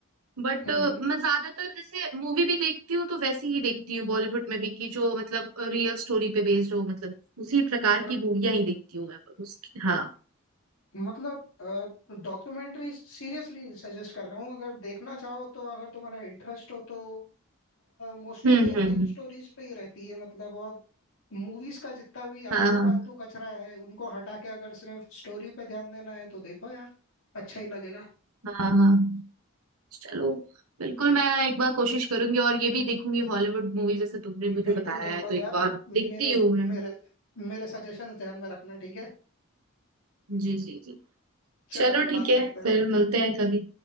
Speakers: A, on the right; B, on the left.
A: बट
B: हम्म
A: मैं ज्यादातर जैसे मूवी भी देखती हूँ तो वैसी ही देखती हूँ बॉलीवुड में भी कि जो मतलब रियल स्टोरी पे बेस्ड हो मतलब उसी प्रकार
B: पर
A: की मूवियां ही देखती हूँ मैं उसकी हाँ
B: मतलब डॉक्यूमेंट्रीज सीरियसली सजेस्ट कर रहा हूँ अगर देखना चाहो तो अगर तुम्हारा इंटरेस्ट हो तो मोस्टली
A: हम्म हम्म
B: रियल
A: हम्म।
B: स्टोरीज पे ही रहती है मतलब और मूवीज का जितना भी आलतू
A: हाँ हाँ
B: फालतू कचरा है उनको हटा के अगर सिर्फ स्टोरी पे ध्यान देना है तो देखो यार अच्छा ही लगेगा
A: हाँ हाँ चलो बिल्कुल मैं एक बार कोशिश करूंगी और ये भी देखूंगी हॉलीवुड मूवी जैसे तुमने मुझे
B: बिल्कुल
A: बताया
B: बिल्कुल
A: है तो एक
B: यार
A: बार देखती
B: मेरे
A: हूँ मैं
B: मेरे मेरे सजेशंस ध्यान में रखना ठीक है
A: जी जी जी
B: <laughs> चलो
A: चलो ठीक
B: बात
A: है
B: करते हैं
A: फिर मिलते हैं कभी